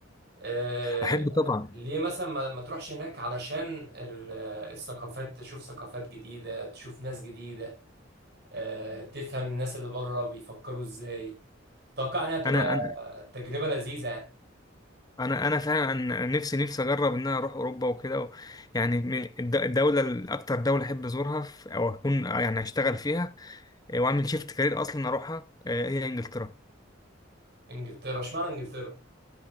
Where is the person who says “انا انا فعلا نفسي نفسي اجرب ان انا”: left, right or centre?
Left